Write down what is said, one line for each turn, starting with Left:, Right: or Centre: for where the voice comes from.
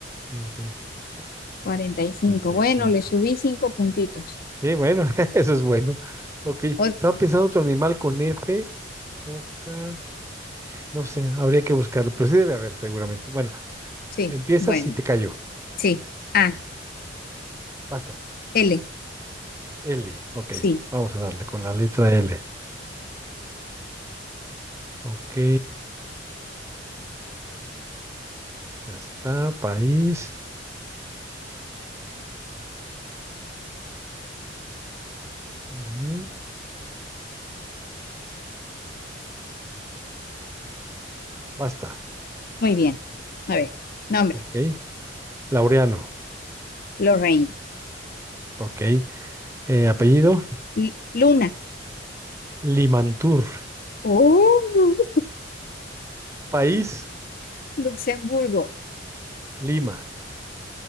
Right: diez, veinte, treinta, 20,
Left: cuarenta
Right: 30, sesenta
Left: y cinco. Bueno,
Right: y cinco.
Left: le subí cinco puntitos.
Right: Sí, bueno, <laughs> eso es bueno. Ok, estaba
Left: Ok,
Right: pensando otro animal con F, foca, no sé, habría que buscarlo, pero sí debe haber seguramente. Bueno,
Left: sí,
Right: empiezas
Left: bueno,
Right: y te cayó,
Left: sí. A,
Right: basta.
Left: L,
Right: L, ok,
Left: sí.
Right: vamos a darle con la letra L. Ok, ya está, país, ujú, basta,
Left: Muy bien. A ver, nombre.
Right: ok. Laureano,
Left: Lorraine.
Right: ok. Eh, apellido,
Left: L- Luna.
Right: Limantur.
Left: Oh.
Right: País,
Left: Luxemburgo.
Right: Lima.